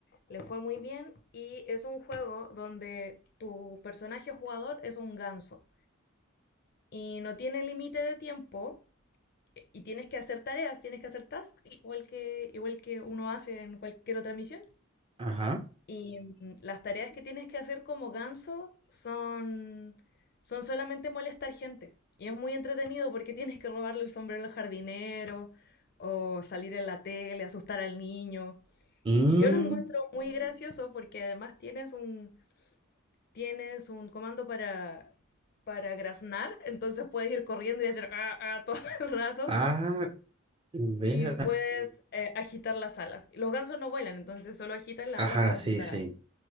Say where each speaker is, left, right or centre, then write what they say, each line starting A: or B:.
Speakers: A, on the left; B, on the right.
A: le fue muy bien y es un juego donde tu personaje jugador es un ganso y no tiene límite de tiempo y tienes que hacer tareas, tienes que hacer tasks igual que, igual que uno hace en cualquier otra misión
B: Ajá.
A: y mm, las tareas que tienes que hacer como ganso son, son solamente molestar gente. Y es muy entretenido porque tienes que robarle el sombrero al jardinero o salir en la tele, asustar al niño.
B: Mm,
A: Y yo lo <laughs> encuentro muy gracioso porque además tienes un, tienes un comando para, para graznar, entonces puedes ir corriendo y hacer ah, ah, todo <laughs> el rato
B: ah, vea.
A: y puedes eh, agitar las alas. Los gansos no vuelan, entonces solo agitan las
B: Ajá,
A: alas para
B: sí,
A: asustar
B: sí.
A: a alguien.